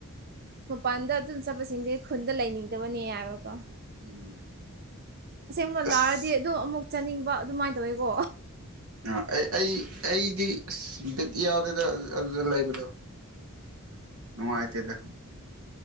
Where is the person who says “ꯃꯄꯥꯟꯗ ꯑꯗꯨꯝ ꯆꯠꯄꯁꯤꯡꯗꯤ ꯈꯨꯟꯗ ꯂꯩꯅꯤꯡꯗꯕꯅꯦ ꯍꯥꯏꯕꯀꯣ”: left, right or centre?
Right